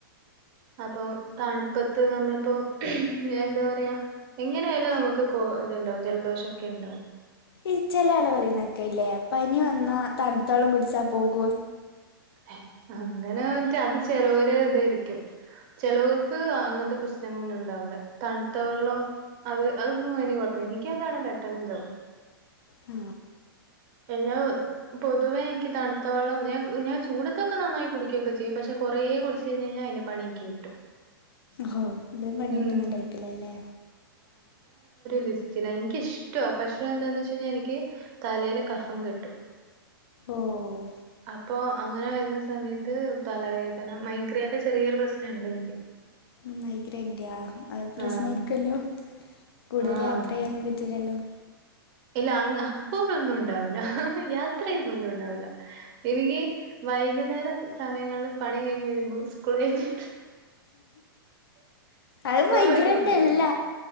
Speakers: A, on the right; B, on the left.
A: അപ്പം തണ്പ്പത്ത് നമ്മളിപ്പോ എന്താ പറയാ എങ്ങനെയാലും നമുക്ക് കൊ ഇത്ണ്ടാവും ജലദോഷക്കെണ്ടാവും
B: ഈ ചെല ആള് പറന്നേക്കെല്ലേ പനിവന്നാ
A: ഉം
B: തണ്ത്തള്ളം കുടിച്ചാ പോകൂ
A: ഏ അങ്ങനെട്ട അത് ചെലോരെ തായിരിക്കും ചെലോർക്ക് അങ്ങൻത്തെ പ്രശ്നങ്ങളൊന്നുണ്ടാവൂല തണ്ത്ത വെള്ളം അത് അതൊന്നും വല്യേ കൊഴപ്പം എനിക്കൊക്കാണേ പെട്ടന്ന്താവും
B: ആ
A: ഞാ പൊതുവെ ഇൻക്ക് തൺത്ത വെളളം ഞാ ഞാൻ ചൂടത്തൊക്കെ നന്നായി കുടികൊക്കെ ചെയ്യും പക്ഷെ കൊറേ കുടിച്ച് കഴിഞ്ഞഴിഞ്ഞാ അയ്ന്റെ പണി ൻക്ക് കിട്ടും.
B: ഹോ തും പണി
A: ഉം
B: കിട്ട്ന്നടൈപ്പിലല്ലേ
A: ലിസ്റ്റിനാ ൻക്കിഷ്‌ടവാ പക്ഷെ എന്താന്ന് വെച്ച് കഴിഞ്ഞാ എനിക്ക് തലേലെ കഫം കെട്ടും
B: ഓഹ്
A: അപ്പൊ അങ്ങനെ വര്ന്ന സമയത്ത് തലവേദന മൈഗ്രേന്റെ ചെറിയോരു പ്രസ്നണ്ടെനിക്ക്
B: മൈഗ്രേന്റെയാ അത് പ്രശ്നായിരിക്കു
A: ആഹ്
B: അല്ലോ കൂട്തല്
A: ആഹ്
B: യാത്ര ചെയ്യാനൊന്നും പറ്റില്ലല്ലോ
A: ഇല്ല അങ്ങ അപ്പോഴുന്നുണ്ടാവൂല യാത്രയ്യുമ്പാെന്നുണ്ടാവൂല എനിക്ക് വൈകുന്നേര സമയങ്ങളില് പണി കഴിഞ്ഞ് വരുമ്പോ സ്കൂളയ്ഞ്ഞ്
B: അത്
A: സ്കൂൾ
B: മൈഗ്രേന്റല്ല
A: പഠിക്കുമ്പോ ഒന്നുല്ലേനു